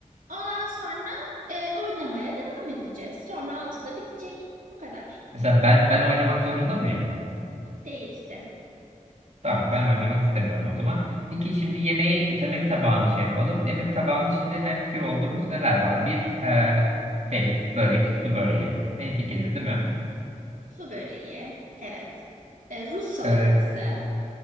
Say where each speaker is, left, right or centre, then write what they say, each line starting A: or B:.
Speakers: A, on the right (about 80°); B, on the right (about 55°).
A: Ondan sonra e, oynamaya devam edeceğiz. Sonra altıda bitecek. Bu kadar.
B: mesela ben ben oynamak zorunda mıyım?
A: Değilsin.
B: Tamam ben oynamak istemiyorum o zaman. Peki şimdi yemeği yemek tabağını şey yapalım. Yemek tabağını şimdi hemfikir olduğumuz neler var? Bir e, şey börek, su böreği. Hemfikiriz değil mi?
A: Su böreği. Evet. E, Rus salatası.
B: E,